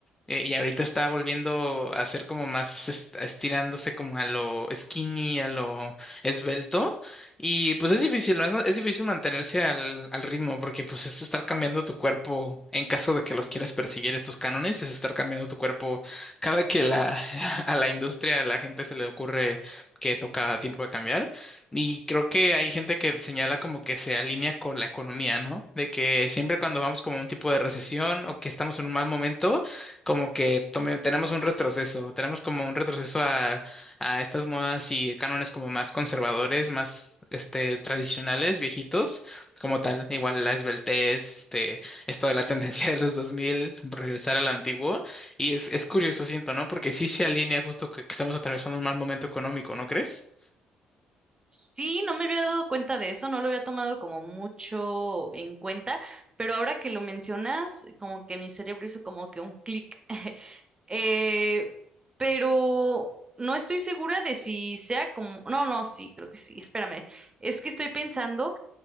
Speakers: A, on the left; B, on the right.
A: Eh, y ahorita está volviendo a ser como más est- estirándose como a lo skinny, a lo esbelto. Y pues es difícil, ¿no? Es, ma- es difícil mantenerse al, al ritmo porque pues es estar cambiando tu cuerpo en caso de que los quieras perseguir estos cánones, es estar cambiando tu cuerpo cada que la, <laughs> a la industria, a la gente se le ocurre que toca tiempo de cambiar. Y creo que hay gente que señala como que se alinea con la economía, ¿no? De que siempre cuando vamos como a un tipo de recesión o que estamos en un mal momento, como que tome- tenemos un retroceso, tenemos como un retroceso a, a estas modas y cánones como más conservadores, más este, tradicionales, viejitos, como tal, igual la esbeltez, este, esto de la <laughs> tendencia de los 2000 regresar a lo antiguo, y es, es curioso, siento, ¿no? Porque sí se alinea justo que que estamos atravesando un mal momento económico, ¿no crees?
B: Sí, no me había dado cuenta de eso, no lo había tomado como mucho en cuenta, pero ahora que lo mencionas, como que mi cerebro hizo como que un clic. <laughs> Eh, pero no estoy segura de si sea como... No, no, sí, creo que sí, espérame. Es que estoy pensando